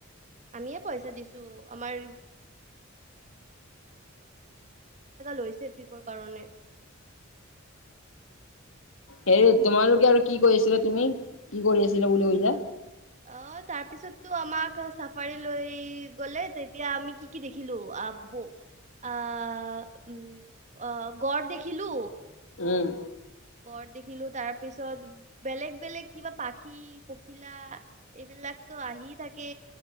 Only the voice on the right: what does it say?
আমিয়ে পইছা দিশও অমৰ। লৈছে ট্ৰিপৰ কাৰণে,।
অ তাৰ পিছতটো আমাক চাফাৰী লৈ গলে তেতিয়া আমি কি কি দেখিলো। আ আ উ অ গড় দেখিলো।
ঘৰত দেখিলো তাৰ পিছত বেলেগ বেলেগ কিবা পাখি পখিলা এইবিলাক। তো আহি থাকে।